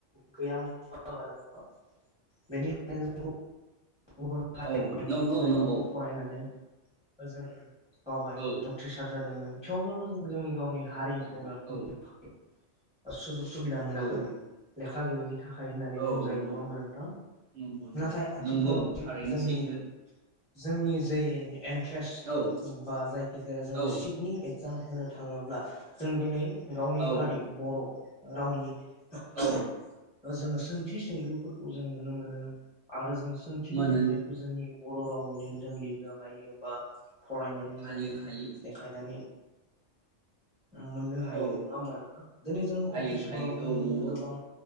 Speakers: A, in the centre; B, on the right.
A: गैयामोन नङा होनबा नोंथां बेनि थाखायनो <unintelligible> गुबुन हारि
B: औ नंगौ
A: लेखाखौ
B: नंगौ
A: फरायनानै ओजों गावबाय
B: औ
A: उथ्रिसार ज दोंमोन थेवब्लाबो जों जोंनि गावनि हारिखौ
B: हादों
A: लाखिनो
B: औ
A: <unintelligible> <unintelligible> सुबिदा मोनाखैमोन
B: औ
A: लेखा खा गैयिनि थाखाय होननानै बुंजायो
B: औ नंगौ
A: नङा होमबा नोंथां
B: नंगौ नंगौ
A: नाथाय आथिखालाव
B: नंगौ थारैनो
A: जोंनि
B: सैथो।
A: जोंनि जे एन्ट्रेस
B: औ
A: बा जायखिजाया जोङो
B: औ
A: सिक जाम होनो थाङोब्ला जों दिनै गावनि
B: औ
A: हारि बर' रावनि <unintelligible>
B: औ
A: जोङो सोंथि सोंलुफोरखौ जों नुनो मोनो। आरो जों सोंथिंनि
B: मोनो
A: फिननायखौ जोंनि बर' रावैनो जों लिरनो हायो बा फरायनानै
B: हायो
A: जोङो <unintelligible>
B: हायो
A: बायनानै मोननो हायो
B: औ
A: नङा होमबा नोंथां? दिनै जोङो
B: हायो
A: अफिसफोरावबो
B: हायो औ
A: नुयो
B: नंगौ
A: गोबां